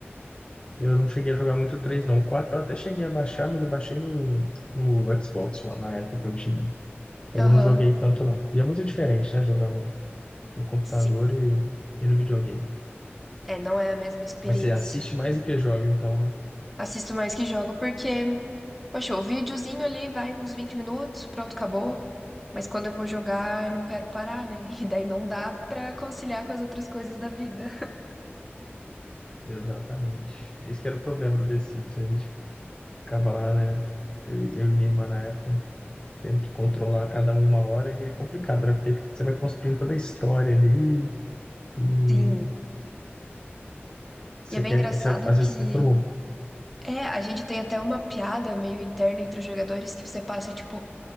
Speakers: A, on the left; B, in the centre.
A: Eu não cheguei a jogar muito o 3, não. O 4 eu até cheguei a baixar, mas eu baixei no, no Xbox One, na época que eu tinha. Mas
B: Aham.
A: eu não joguei tanto, não. E é muito diferente, né? Jogar no, no computador
B: Sim.
A: e, e no videogame.
B: É, não é a mesma experiência.
A: Mas você assiste mais do que joga, então, né?
B: Assisto mais que jogo porque, poxa, o videozinho ali vai uns 20 minutos, pronto, acabou. Mas quando eu vou jogar, eu não quero parar, né? <laughs> E daí não dá pra conciliar com as outras coisas da vida.
A: Exatamente. Esse que era o problema do The Sims. A gente ficava lá, né? Eu, eu e minha irmã na época, tendo que controlar cada um uma hora, e é complicado, né? Porque você vai construindo toda a história ali, e
B: Sim.
A: você
B: E é bem
A: quer.
B: engraçado
A: Você, às
B: que
A: vezes você fala,
B: é, a gente tem até uma piada meio interna entre os jogadores que você passa, tipo,